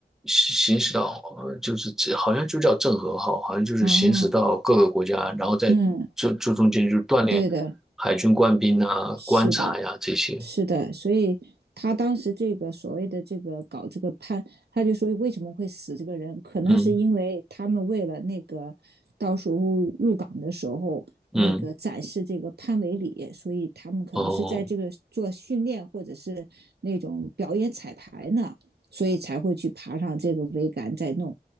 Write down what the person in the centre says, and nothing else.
行行驶到，呃就是这好像就叫郑和号，好像就是行驶到各个国家，
然后在这这中间就锻炼海军官兵啊、
观察呀、这些，
嗯嗯，
哦、